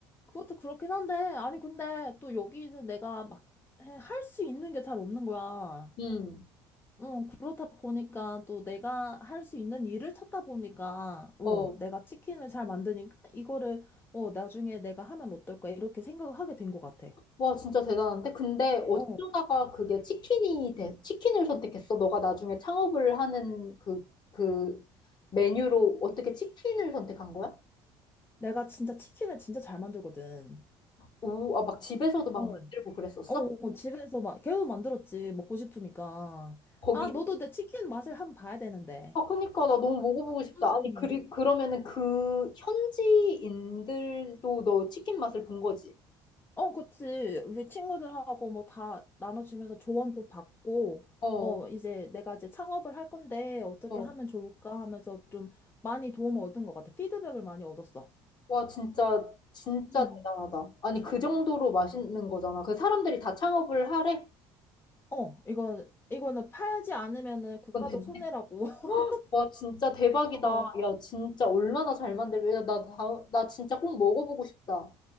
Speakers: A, on the left (about 20°); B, on the left (about 45°).
A: 그것도 그렇긴 한데, 아니, 근데 또 여기는 내가 막 할 수 있는 게 잘 없는 거야.
B: 음.
A: 응, 그렇다 보니까 또 내가 할 수 있는 일을 찾다 보니까, 어,
B: 어.
A: 내가 치킨을 잘 만드니까 이거를, 어, 나중에 내가 하면 어떨까, 이렇게 생각을 하게 된 것 같아.
B: 와, 진짜 대단한데? 근데 어쩌다가
A: 어,
B: 그게 치킨이 돼, 치킨을 선택했어? 너가 나중에 창업을 하는 그, 그 메뉴로 어떻게 치킨을 선택한 거야?
A: 내가 진짜 치킨을 진짜 잘 만들거든.
B: 오, 아, 막 집에서도 막
A: 어.
B: 만들고 그랬었어?
A: 어, 어, 집에서 막 계속 만들었지. 먹고 싶으니까.
B: 거기,
A: 아, 너도 내 치킨 맛을 한번 봐야 되는데.
B: 아, 그니까 나 너무 먹어보고 싶다.
A: 음.
B: 아니, 그리, 그러면은 그 현지인들도 너 치킨 맛을 본 거지?
A: 어, 그치. 우리 친구들하고 뭐 다 나눠주면서 조언도 받고,
B: 어,
A: 어, 이제 내가 이제 창업을 할 건데 어떻게
B: 어.
A: 하면 좋을까 하면서 좀 많이 도움을 얻은 것 같아. 피드백을 많이 얻었어.
B: 와, 진짜, 진짜
A: 음.
B: 대단하다. 아니, 그 정도로 맛있는 거잖아. 그 사람들이 다 창업을 하래?
A: 어, 이거, 이거는 팔지 않으면은 국가적
B: 그건
A: 손해라고.
B: 된
A: <laughs>
B: 와, 진짜 대박이다.
A: 어.
B: 야, 진짜 얼마나 잘 만들면, 야, 나, 다, 나 진짜 꼭 먹어보고 싶다.